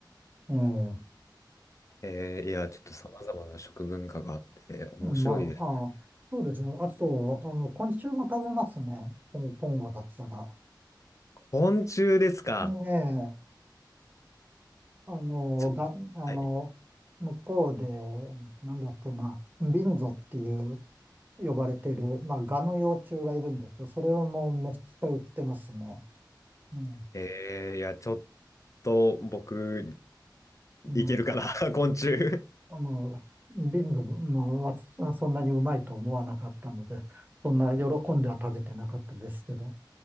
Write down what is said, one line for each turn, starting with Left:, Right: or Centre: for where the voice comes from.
Right: うん。うん。
Left: えー、いや、ちょっと様々な食文化があって面白いですね。
Right: まあ、あ、そうですね。あと、あの、昆虫も食べますね。コンコンゴだったら。
Left: 昆虫ですか。
Right: ねえ、あの、
Left: ちょ、
Right: が、あの、
Left: はい。
Right: 向こうで、なんだっけな、ビンゾっていう、呼ばれている、まあ、ガの幼虫がいるんですけど、それをもうめっちゃ売ってますね。うん。
Left: えー、いや、ちょっと僕、
Right: うん。
Left: いけるかな、<laughs> 昆虫。
Right: あの、瓶の、もう私はそんなにうまいと思わなかったので、そんな喜んでは食べてなかったですけど。